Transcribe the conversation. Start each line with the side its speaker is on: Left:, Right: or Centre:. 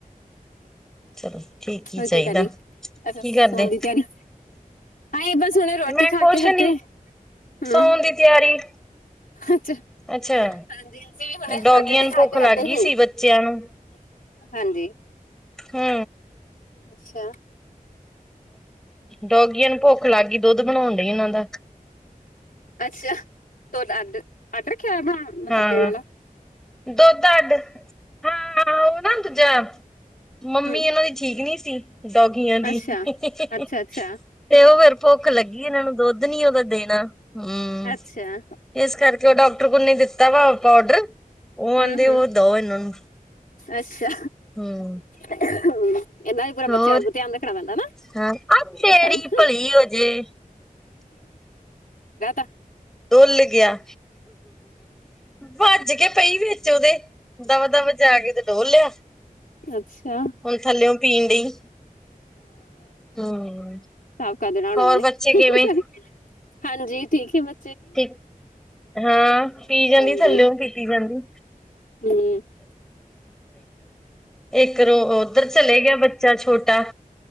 Centre: ਚਲੋ ਠੀਕ। ਹੀ
Left: ਹੋਰ
Centre: ਚਾਹੀਦਾ
Left: ਕੀ ਕਰ ਰਹੀ, ਅੱਛਾ
Centre: ਕੀ
Left: ਸੋਣ
Centre: ਕਰਦੇ
Left: ਦੀ ਤਿਆਰੀ। ਆਏ ਬਸ ਹੁਣੇ ਰੋਟੀ
Centre: ਮੈਂ
Left: ਖਾ
Centre: ਕੁਛ
Left: ਕੇ ਹਟੇ,
Centre: ਨੀ
Left: ਹੂੰ।
Centre: ਸੌਣ ਦੀ ਤਿਆਰੀ
Left: ਅੱਛਾ ਹਾਂਜੀ
Centre: ਅੱਛਾ
Left: ਹਾਂਜੀ, ਵੀ ਹੁਣ ਰੋਟੀ
Centre: ਡੋਗੀਆਂ
Left: ਰੋਟੀ
Centre: ਨੂੰ
Left: ਖਾ
Centre: ਭੁੱਖ
Left: ਕੇ
Centre: ਲੱਗ
Left: ਤੇ
Centre: ਗਈ
Left: ਹੀ।
Centre: ਸੀ ਬੱਚਿਆਂ ਨੂੰ
Left: ਹਾਂਜੀ।
Centre: ਹੂੰ।
Left: ਅੱਛਾ।
Centre: ਡੋਗੀਆਂ ਨੂੰ ਭੁੱਖ ਲੱਗ ਗਈ ਦੁੱਧ ਬਣਾਉਣ ਡਈ ਇਹਨਾਂ ਦਾ।
Left: ਅੱਛਾ ਤਡ, ਅਡ ਰੱਖਿਆ ਹੋਇਆ ਬਣਾ ਮਤਲਬ
Centre: ਹਾਂ
Left: ਦੇਣ ਵਾਲਾ।
Centre: ਦੁੱਧ ਅੱਡ, ਹਾਂ ਹਾਂ ਉਹ ਨਾ ਦੂਜਾ। ਮੰਮੀ
Left: ਹਮ
Centre: ਇਹਨਾਂ ਦੀ ਠੀਕ ਨਹੀਂ ਸੀ। ਡੋਗੀਆਂ ਦੀ,
Left: ਅੱਛਾ
Centre: ਤੇ
Left: ਅੱਛਾ ਅੱਛਾ
Centre: ਉਹ ਫੇਰ ਭੁੱਖ ਲੱਗੀ। ਇਹਨਾਂ ਨੂੰ ਦੁੱਧ ਨੀ ਉਹਦਾ ਦੇਣਾ, ਹੂੰ
Left: ਅੱਛਾ
Centre: ਇਸ ਕਰਕੇ ਉਹ ਡਾਕਟਰ ਕੋਲ ਨੇ ਦਿੱਤਾ। ਤਵਾ ਪਾਊਡਰ, ਉਹ ਆਹਿੰਦੇ
Left: ਹਮ ਹਮ
Centre: ਉਹ ਦਓ ਇਹਨਾਂ ਨੂੰ।
Left: ਅੱਛਾ
Centre: ਹੂੰ।
Left: ਇਹਨਾਂ ਦਾ ਵੀ ਪੂਰਾ
Centre: ਹੋਰ
Left: ਬੱਚੇ ਵਰਗ ਧਿਆਨ ਰੱਖਣਾ ਪੈਂਦਾ ਨਾ
Centre: ਹਾਂ ਆ ਤੇਰੀ
Left: ਇ।
Centre: ਭਲੀ ਹੋਜੇ
Left: <unintelligible>
Centre: ਡੁਲ ਗਿਆ, ਭੱਜ ਕੇ ਪਈ ਵਿੱਚ ਉਹਦੇ। ਦਵਾ ਦਵ ਜਾ ਕੇ ਤੇ ਡੋਲ ਲਿਆ।
Left: ਅੱਛਾ।
Centre: ਥੱਲਿਓ ਪੀਣ ਡਈ <unintelligible> ਹੂੰ।
Left: ਸਾਫ਼ ਕਰ ਦੇਣਾ ਹੁਣ
Centre: ਹੋਰ
Left: ਇਹਨਾਂ ਨੇ,
Centre: ਬੱਚੇ ਕਿਵੇਂ?
Left: ਸਹ ਹਾਂਜੀ ਠੀਕ ਐ, ਮ
Centre: ਠਕ, ਹਾਂ ਪੀ ਜਾਂਦੀ
Left: ਹਾਂਜੀ
Centre: ਥੱਲਿਓ ਪੀਤੀ ਜਾਂਦੀ।
Left: ਹੂੰ-ਹੂੰ
Centre: ਇੱਕ ਰੋ ਉੱਧਰ ਚਲੇ ਗਿਆ ਬੱ ਚਲ ਛੋਟਾ।